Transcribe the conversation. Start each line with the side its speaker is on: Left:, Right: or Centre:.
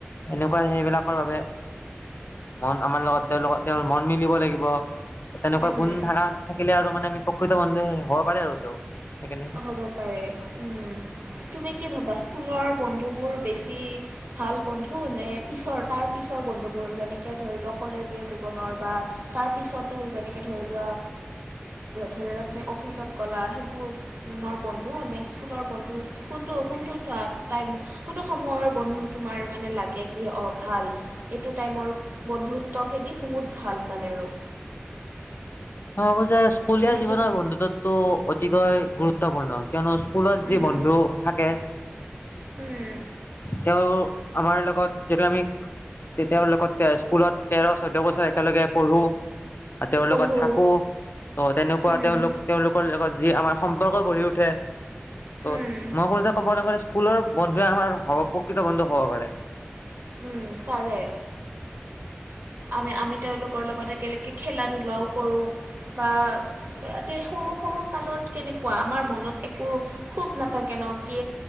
Left: এনে সেইবিলাকৰ বাবে মন আমাৰ লগত তেওঁ লগত তেওঁ মন মিলিব লাগিব তেনেকুৱা
Right: উম
Left: গুণ থাক থাকিলে আৰু মানে আমি প্ৰকৃত বন্ধু হ'ব পাৰে আৰু তেওঁ। সেইকাৰণে
Right: হ'ব পাৰে উম তুমি কি ভবা স্কুলৰ বন্ধুবোৰ বেছি ভাল বন্ধু নে,, পিছৰ তাৰ পিছৰ বন্ধুবোৰ যেনেকে ধৰি লোৱা কলেজীয়া জীৱনৰ বা তাৰ পিছতো যেনেকে ধৰি লোৱা ধৰিলোৱা তুমি অফিচত গ'লা সেইবোৰ। বন্ধু নে স্কুলৰ বন্ধু কোনটো কোনটো কোনটো সময়ৰ বন্ধু তোমাৰ মানে লাগে কি অ ভাল এইটো টাইমৰ বন্ধুত্ব খেদি বহুত ভাল মানে আৰু
Left: অ যে স্কুলীয়া
Right: তুমি
Left: জীৱনৰ
Right: কি
Left: বন্ধুতো কি কয় গুৰুত্বপূৰ্ণ কিয়নো স্কুলত যি
Right: উম
Left: বন্ধু থাকে
Right: উম
Left: তেওঁ আমাৰ লগত যেতিয়া আমি তেওঁৰ লগত স্কুলত তেৰ চৌধ্য বছৰ একেলগে পঢ়ো আৰু তেওঁলগত
Right: পঢ়ো
Left: থাক ত' তেনেকুৱা
Right: উম
Left: তেওঁলোক তেওঁলোকৰ লগত যি আমাৰ সম্পৰ্ক গঢ়ি উঠে ত
Right: উম
Left: মই কো যে ক'বলৈ গ'লে স্কুলৰ বন্ধুৱে আমাৰ হ প্ৰকৃত বন্ধু হব পাৰে।
Right: উম পাৰে আমি আমি তেওঁলোকৰ লগত একেলগে খেলা ধূলা লাও কৰো বা এ সৰু সৰু কালত কেনেকুৱা আমাৰ মনত একো খুব নাথাকে ন কি